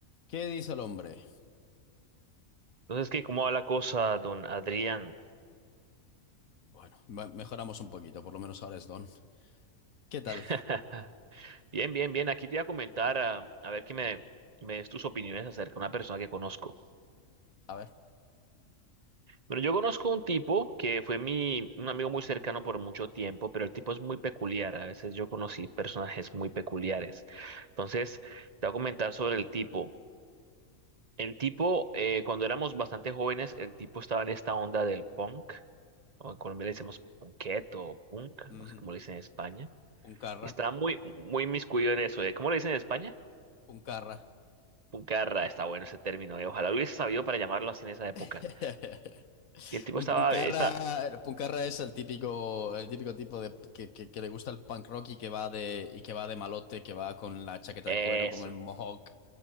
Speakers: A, on the left; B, on the right.
A: ¿Qué dice el hombre?
B: Entonces, ¿qué? ¿Cómo va la cosa, don Adrián?
A: Bueno, me- mejoramos un poquito, por lo menos ahora es Don. ¿Qué tal?
B: <laughs> Bien, bien, bien. Aquí te iba a comentar, a, a ver qué me, me des tus opiniones acerca de una persona que conozco.
A: A ver,
B: Bueno, yo conozco un tipo que fue mi, un amigo muy cercano por mucho tiempo, pero el tipo es muy peculiar. A veces yo conocí personajes muy peculiares. Entonces, te voy a comentar sobre el tipo. El tipo, eh, cuando éramos bastante jóvenes, el tipo estaba en esta onda del punk, o en Colombia le decimos punqueto o punk,
A: ujú,
B: no sé cómo le dicen en España.
A: Puncarra,
B: Está muy, muy inmiscuido en eso, ¿eh? ¿Cómo le dicen en España?
A: Puncarra.
B: Puncarra, está bueno ese término, ¿eh? Ojalá lo hubiese sabido para llamarlo así en esa época.
A: <laughs>
B: Y el tipo
A: Un
B: estaba,
A: puncarra,
B: está,
A: puncarra es el típico, el típico tipo de que, que- que le gusta el punk rock y que va de y que va de malote, que va con la chaqueta
B: eso,
A: de cuero, con el mohawk.